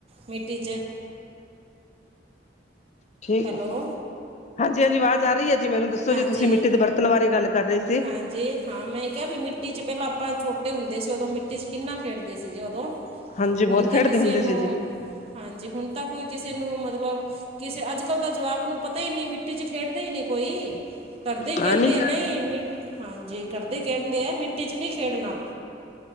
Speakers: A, on the right; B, on the left.
A: ਮਿੱਟੀ ਚ-
B: ਠੀਕ
A: ਹੈਲੋ
B: ਹਾਂਜੀ- ਹਾਂਜੀ ਆਵਾਜ਼ ਆ ਰਹੀ ਹੈ ਜੀ ਮੈਨੂੰ ਦੱਸੋ
A: ਹਾਂਜੀ
B: ਜੇ ਤੁਸੀਂ ਮਿੱਟੀ ਦੇ ਬਰਤਨ ਬਾਰੇ ਗੱਲ ਕਰ ਰਹੇ ਸੀ।
A: ਹਾਂਜੀ ਹਾਂ ਮੈਂ ਕਿਹਾ ਵੀ ਮਿੱਟੀ ਚ ਪਹਿਲਾਂ ਆਪਾਂ ਛੋਟੇ ਹੁੰਦੇ ਸੀ ਉਦੋਂ ਮਿੱਟੀ ਚ ਕਿੰਨਾ ਖੇਡਦੇ ਸੀਗੇ ਉਦੋਂ।
B: ਹਾਂਜੀ
A: ਹੁਣ
B: ਬਹੁਤ
A: ਤਾਂ
B: ਖੇਡਦੇ
A: ਕਿਸੇ
B: ਹੁੰਦੇ
A: ਨੂੰ
B: ਸੀ ਜੀ
A: ਹਾਂਜੀ, ਹੁਣ ਤਾਂ ਕੋਈ ਕਿਸੇ ਨੂੰ ਮਤਲਬ ਕਿਸੇ ਅੱਜ ਅਕਲ ਦਾ ਜਵਾਕ ਨੂੰ ਪਤਾ ਹੀ ਨਹੀਂ ਮਿੱਟੀ ਚ ਖੇਡਦੇ ਹੀ ਨਹੀਂ ਕੋਈ ਘਰਦੇ ਹੀ ਕਹਿੰਦੇ
B: ਹਾਂ ਨੀ
A: ਆ ਨਹੀਂ ਮ- ਹਾਂਜੀ ਘਰਦੇ ਕਹਿਦੇ ਆ ਮਿੱਟੀ ਚ ਨਹੀਂ ਖੇਡਣਾ।